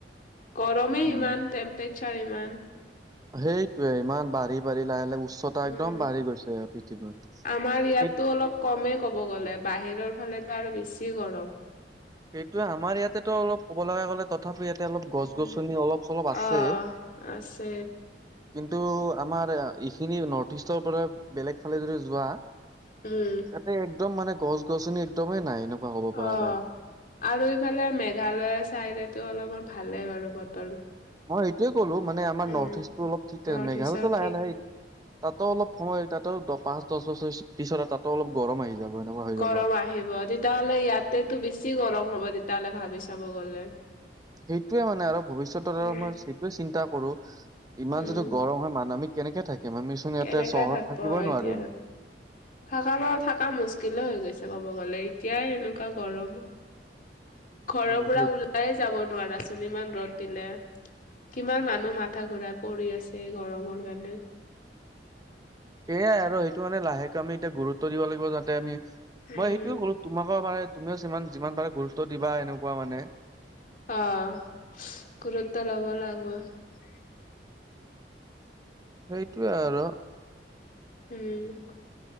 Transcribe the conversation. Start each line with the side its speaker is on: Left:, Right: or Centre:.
Left: গৰমেই
Right: উম।
Left: ইমান টেম্পেচাৰ ইমান।
Right: সেইটোৱেই ইমান বাঢ়ি বাঢ়ি লাহ লাহে উচ্চতা একদম
Left: উম
Right: বাঢ়ি গৈছে পৃথিৱীৰ।
Left: আমাৰ ইয়াতটো
Right: সেই
Left: অলপ কমেই কব গ'লে বাহিৰৰ এফালটোে আৰু বেছিয়ে গৰম।
Right: সেইটোয়ে আমাৰ ইয়াতেটো অলপ ক'ব লগা গ'লে তথাপিও অলপ গছ
Left: উম,
Right: গছনি অলপ চলপ আছে।
Left: অ' আছে
Right: কিন্তু আমাৰ এইখিনি নৰ্থ ইষ্টৰ পৰা বেলেগ ফালে যদি যোৱা
Left: উম,
Right: তাতে একদম মানে গছ গছনি একদমেই নাই এনেকুৱা কব
Left: অ'।
Right: পৰা যায়।
Left: আৰু ইফালে মেঘালয় চাইডেতো অলপমান ভালে বাৰু গছ
Right: মই এইটোয়ে ক'লো, মানে আমাৰ
Left: উম,
Right: নৰ্থ-ইষ্টটো অলপ ঠিক থাকে,
Left: নৰ্থ
Right: মেঘালয়টো
Left: ইষ্টৰ
Right: লাহে-লাহে
Left: ঠিক।
Right: তাতো অলপ সময় তাতো পাঁচ-দহ বছৰ পিছত তাতো অলপ গৰম আহি যাব। এনেকুৱা হৈ
Left: গৰম
Right: যাব।
Left: আহিব, তেতিয়াহ'লে ইয়াতেতো বেছি গৰম হ'ব তেতিয়াহলে ভাবি চাব গ'লে।
Right: সেইটোৱে মানে, আৰু ভৱিষ্যতৰো
Left: উম,
Right: মই সেইটোয়ে চিন্তা কৰো। ইমান
Left: উম।
Right: যদি গৰম হয় মানৱিক। কেম মিচোন ইয়াতে
Left: কেনেকে
Right: চহৰত
Left: থাকব
Right: থাকিবই
Left: হয়
Right: নোৱাৰিম।
Left: এতিয়া থাকা বাৰু থাকা মুস্কিলে হৈ গৈছে ক'ব গ'লে, এতিয়াই এনেকুৱা গৰম। ঘৰৰ
Right: উম
Left: পৰা
Right: সেই
Left: ওলাইয়ে যাব নোৱাৰাচোন, ইমান ৰ'দ। দিলে কিমান মানুহ মাথা ঘূৰাই পৰি আছে গৰমৰ কাৰণে।
Right: সেইয়াই আৰু সেইটো মানে লাহেকে আমি এতিয়া গুৰুত্ব দিব লাগিব যাতে আমি মই
Left: উম
Right: সেইটোয়ে কলো, তোমাক <unintelligible> যিমান পাৰা গুৰুত্ব দিবা এনেকুৱা মানে।
Left: অ' গুৰত্ব লব লাগব।
Right: সেইটোৱে আৰু।
Left: উম,